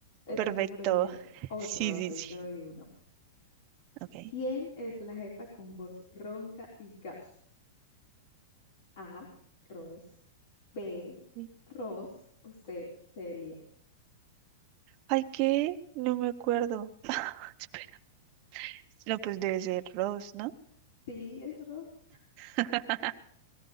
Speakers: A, on the left; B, on the right.
A: Está
B: Perfecto.
A: súper bien. Otra,
B: Sí,
A: otra.
B: sí,
A: Yo
B: sí.
A: te doy una.
B: Ok.
A: ¿Quién es la jefa con voz ronca y gafas? A. Ross. B.
B: Sí.
A: Ross. O C. Celia.
B: Ay, ¿qué? No me acuerdo. <laughs> Espera. No, pues debe ser Rose, ¿no?
A: Sí, es Ross.
B: <laughs>